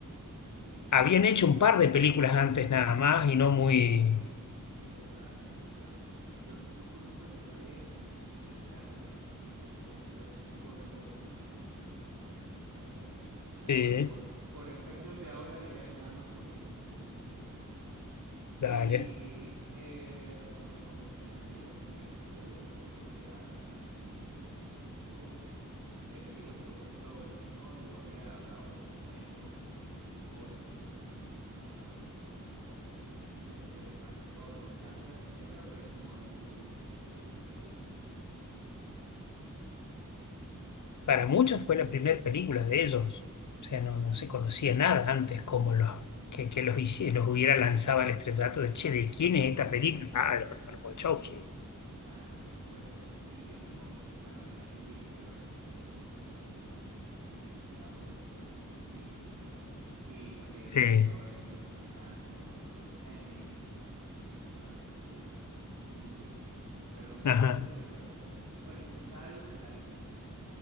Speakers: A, on the right (about 85°); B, on the left (about 60°).
A: sí,
B: Habían
A: sí.
B: hecho un par de películas antes nada más y no muy...
A: Es verdad, es verdad. Yo no conozco el detalle el detrás de los hermanos Wachowski. Bueno, yo sigo hablando de los hermanos, aunque es verdad que son hermanas ahora. Pero
B: Sí.
A: bueno, por, por efectos de ahora diré hermanos, porque en aquel momento eran hermanos, ¿no?
B: Dale.
A: Y eh, en aquel momento recuerdo que era para mí alguien completamente novedoso. Eh, digo, estos Wachowski, ¿no? Yo había hablado, por supuesto, de los hermanos Cohen, que, que, lo, que los a- adoro, los amo, me encantan este, Max Brother, etcétera, etcétera, pero no había oído nada de, de ellos, de los hermanos Wachowski.
B: Para muchos fue la primera película de ellos. O sea,
A: Claro.
B: no, no se conocía nada antes como los, que, que los, hici- los hubiera lanzado al estrellato de, che, ¿de quién es esta película? Ah, de los hermanos Wachowski.
A: Claro, por supuesto. Y teníamos, ah, bueno, a Keanu Reeves ya lo habíamos visto, por supuesto, yo quedé muy, muy enganchado con Speed, ¿no? Y también
B: Sí,
A: él había actuado en Gus Van Sant con River Phoenix, con, con esta película donde ellos se quedan dormidos, pero no, no,
B: ajá,
A: me acuerdo ahorita el nombre. Bueno, en total, la, la, eh,